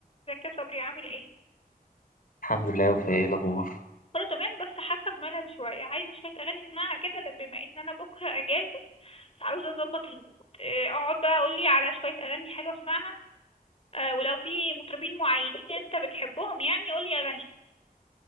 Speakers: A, on the left; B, on the left.
A: ازيك يا صبري عامل ايه
B: الحمد لله يا وفاء ايه الاخبار
A: كله تمام بس حاسه بملل شويه عايزه شويه اغاني اسمعها كده لأ- بما ان انا بكره اجازه عاوزه اظبط المود إيه، اقعد بقى قولي على شويه اغاني حلوه اسمعها أه ولو في مطربين معينين انت بتحبهم يعني قولي اغاني